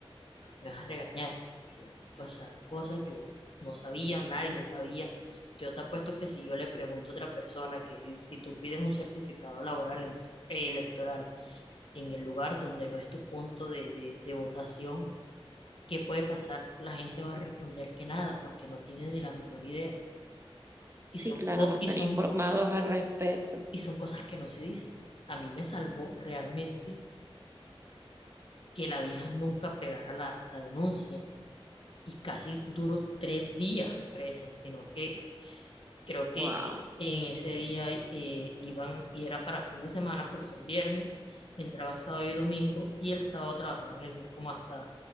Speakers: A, on the left (about 65°); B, on the right (about 25°).
A: ¿por qué me vas a regañar? Yo, pasaron cosas, yo no sabía, nadie sabía. Yo te apuesto que si yo le pregunto a otra persona que si tú pides un certificado laboral en- eh, electoral en el lugar donde no es tu punto de, de, de votación, ¿qué puede pasar? La gente va a responder que nada, porque no tiene ni la menor idea. Y
B: Sí,
A: son,
B: claro,
A: co-
B: no están
A: y son
B: informados
A: cosas.
B: al respecto.
A: Y son cosas que no se dicen. A mí me salvó realmente que la vieja nunca pegara la, la denuncia y casi duró tres días presa, sino que creo que
B: Wow.
A: eh, en ese día eh, iban y era para fin de semana porque son viernes, entraba sábado y domingo y el sábado trabajaba en el juez como hasta,